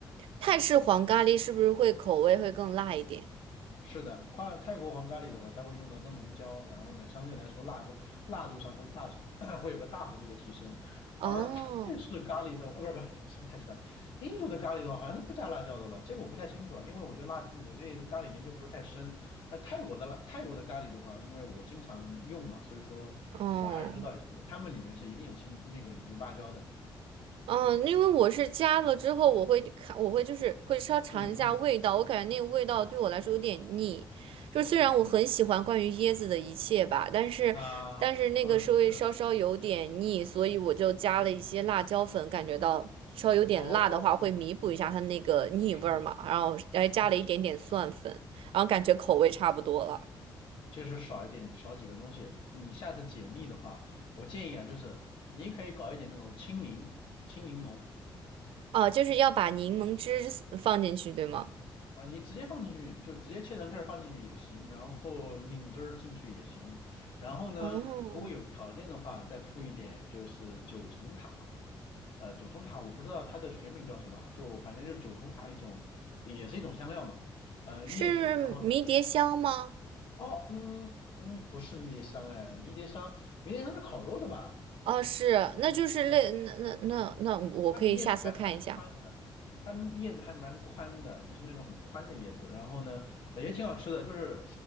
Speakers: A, on the right; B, on the left.
A: 泰式黄咖喱是不是会口味会更辣一点？
B: 是的，跨泰国黄咖喱的话，它会用到灯笼椒，然后呢，相对来说辣椒辣度上会大 <clears throat> 会有个大幅度的提升。
A: 哦，
B: 而泰式咖喱的，呃，不是不是什么泰式咖喱，印度的咖喱的话好像是不加辣椒的吧？这个我不太清楚啊，因为我对辣我对咖喱研究不是太深。那泰国的辣泰国的咖喱的话，因为我经常用嘛，所以说我还是知道一些的。
A: 哦。
B: 他们里面是一定有青那个有辣椒的。
A: 嗯，因为我是加了之后，我会看，我会就是会稍尝一下味道，
B: 嗯嗯
A: 我感觉那个味道对我来说有点腻。就虽然我很喜欢关于椰子的一切吧，
B: 嗯
A: 但是但是那个是会稍稍有点腻，
B: 啊嗯是
A: 所以我就加了一些辣椒粉，感觉到稍微有点辣的话会弥补一下它那个腻味儿嘛，
B: 哦，对，是的
A: 然后还加了一点点蒜粉，
B: 是的。是的。
A: 然后感觉口味差不多了。
B: 其实少一点，少几个东西。你下次简历的话，我建议啊，就是你可以搞一点那种青柠、青柠檬
A: 哦，就是要把柠檬汁放进去，对吗？
B: 啊，你直接放进去，就直接切成片儿放进去也行，然后拧汁儿进去也行。然后呢，
A: 哦，
B: 如果有条件的话，再附一点就是九重塔。呃，九重塔我不知道它的学名叫什么，就反正就是九重塔一种，也是一种香料嘛。呃，
A: 是迷迭香吗？
B: 叶子，然后哦，嗯嗯，不是迷迭香哎，迷迭香，迷迭香是烤肉的吧？
A: 哦，是，那就是类那那那那我可以下次看一下。
B: 啊，它的叶子还蛮宽的，它叶子还蛮宽的，就是那种很宽的叶子。然后呢，呃也挺好吃的，就是